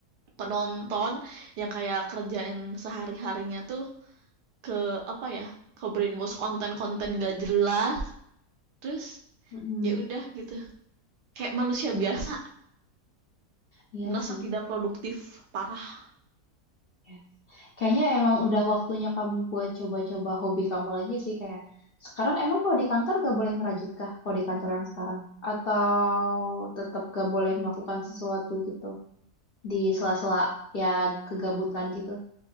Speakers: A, on the right; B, on the left.
A: penonton yang kayak kerjain sehari-harinya tuh Ke apa ya, ke-brainwash konten-konten nggak jelas, terus
B: mm
A: ya udah gitu. Kayak manusia
B: Yes.
A: biasa
B: Iya
A: merasa
B: sih.
A: tidak produktif parah.
B: Ya. Kayaknya emang udah waktunya kamu buat coba-coba hobi kamu lagi sih kayak sekarang emang kalau di kantor gak boleh ngerajut kah kalau di kantor yang sekarang atau tetap gak boleh melakukan sesuatu gitu di sela-sela ya kegabutan gitu.